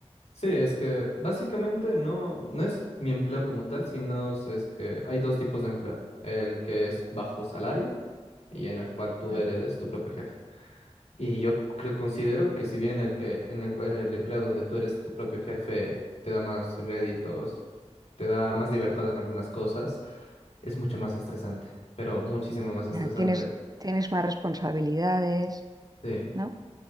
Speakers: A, on the left; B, on the right.
A: Sí, es que básicamente no, no es mi empleo como tal, sino es es que hay dos tipos de empleo. El que es bajo salario y en el cual tú
B: Mm.
A: eres tu propio jefe. Y yo creo, considero que si bien el que en el, cual- el empleo donde tú eres tu propio jefe te da más réditos, te da más libertad en algunas cosas, es mucho más estresante, pero muchísimo más estresante.
B: Ya, tienes, tienes más responsabilidades,
A: Sí.
B: ¿no?